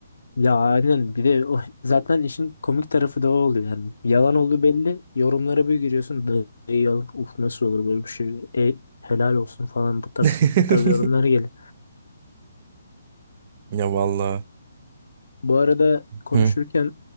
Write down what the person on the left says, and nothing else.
Ya aynen bir de o, zaten işin komik tarafı da o oluyor yani. Yalan olduğu belli. Yorumlara bir giriyorsun. "Dı- ey yalan. Uf nasıl olur böyle bir şey. E, helal olsun falan bu tarz
bu tarz yorumlar geliyor.
Bu arada konuşurken